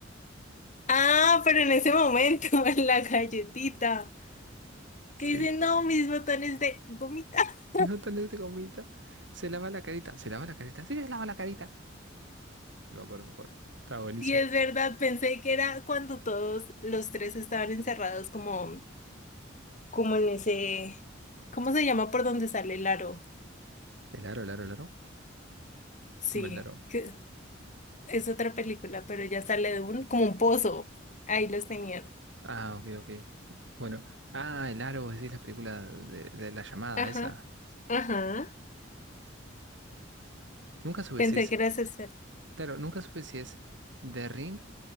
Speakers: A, on the left (about 40°); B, on the right (about 70°).
A: Ah, pero en ese momento, <laughs> en la galletita.
B: Sí.
A: Que dice, no, mis botones de gomita. <laughs>
B: Y no tan de gomita. Se lava la carita. Se lava la carita. Sí, se lava la carita. Me acuerdo, me acuerdo. Estaba buenísimo.
A: Y es verdad, pensé que era cuando todos los tres estaban encerrados como, como en ese, ¿cómo se llama por donde sale el aro?
B: ¿El aro, el aro, el aro?
A: Sí,
B: ¿Cómo el aro?
A: que Es otra película, pero ya sale de un, como un pozo. Ahí los tenían.
B: Ah, ok, ok. Bueno. Ah, el aro, vos decís la película de, de la llamada
A: Ajá,
B: esa.
A: ajá.
B: Nunca supe
A: Pensé
B: si es.
A: que era ese.
B: Claro, nunca supe si es The Ring